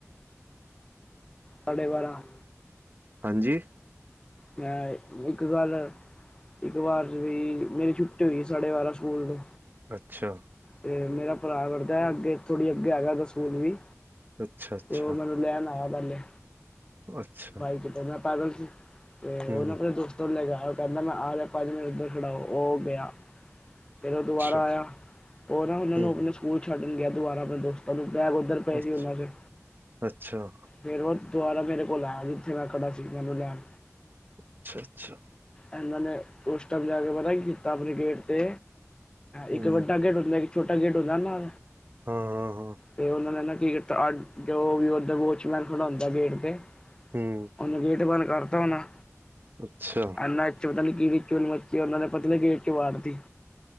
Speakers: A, on the left; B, on the right.
A: ਸਾਡੇ ਬਾਰਾਂ-
B: ਹਾਂਜੀ
A: ਅ ਇੱਕ ਗੱਲ- ਇੱਕ ਵਾਰ ਚ ਵੀ ਮੇਰੀ ਛੁੱਟੀ ਹੋਈ ਸਾਡੇ ਬਾਰਾਂ ਸਕੂਲ ਤੋਂ।
B: ਅੱਛਾ
A: ਅਤੇ ਮੇਰਾ ਭਰਾ ਵੜਦਾ ਐ ਅੱਗੇ ਥੋੜ੍ਹੀ ਅੱਗੇ ਹੈਗਾ ਓਦਾ ਸਕੂਲ ਵੀ।
B: ਅੱਛਾ ਅੱਛਾ
A: ਉਹ ਮੈਨੂੰ ਲੈਣ ਆਇਆ ਪੈਲੇ।
B: ਅੱਛਾ
A: ਬਾਈਕ ਤੇ ਮੈਂ ਪੈਦਲ ਸੀ। ਤੇ
B: ਹਮ
A: ਓ ਨਾ ਆਪਣੇ ਦੋਸਤਾਂ ਨੂੰ ਲੈ ਗਿਆ। ਓ ਕੇਂਦਾ ਮੈਂ ਆ ਰਿਆ ਪੰਜ ਮਿੰਟ ਓਧਰ ਖੜਾ ਓ ਓ ਗਿਆ। ਫੇਰ ਓ ਦੁਬਾਰਾ
B: ਅੱਛਾ
A: ਆਇਆ ਓਨਾ ਉਨਾਂ
B: ਹਮ
A: ਨੂੰ ਆਪਣੇ ਸਕੂਲ ਛੱਡਣ ਗਿਆ ਦੁਬਾਰਾ ਆਪਣੇ ਦੋਸਤਾਂ ਨੂੰ। ਬੈਗ ਓਧਰ ਪਏ
B: ਅੱਛਾ
A: ਸੀ ਉਨਾਂ ਦੇ।
B: ਅੱਛਾ
A: ਫੇਰ ਓ ਦੁਬਾਰਾ ਮੇਰੇ- ਕੋਲ ਆਇਆ। ਜਿੱਥੇ ਮੈਂ ਖੜਾ ਸੀ ਮੈਨੂੰ ਲੈਣ।
B: ਅੱਛਾ ਅੱਛਾ
A: ਇਨਾਂ ਨੇ ਓਸ ਟੈਮ ਜਾ ਕੇ ਪਤਾ ਕੀ ਕੀਤਾ ਆਪਣੇ ਗੇਟ ਤੇ। ਇੱਕ
B: ਹਮ
A: ਵੱਡਾ ਗੇਟ ਹੁੰਦਾ- ਛੋਟਾ ਗੇਟ ਹੁੰਦਾ ਨਾ।
B: ਹਾਂ ਹਾਂ ਹਾਂ
A: ਫੇਰ ਉਨਾਂ ਨੇ ਨਾ- ਕੀ ਕੀਤਾ ਜੋ ਵੀ ਓਧਰ ਵੋਚਮੈਨ ਖੜਾ ਹੁੰਦਾ ਗੇਟ ਤੇ।
B: ਹਮ
A: ਓਨੇ ਗੇਟ ਬੰਦ- ਕਰਤਾ ਹੋਣਾ।
B: ਅੱਛਾ
A: ਇਨਾ 'ਚ ਪਤਾ ਨੀ ਕੀ- ਚੁਲ ਮੱਚੀ। ਉਨਾਂ ਦੇ ਪਤਲੇ ਗੇਟ 'ਚ ਵਾੜਤੀ।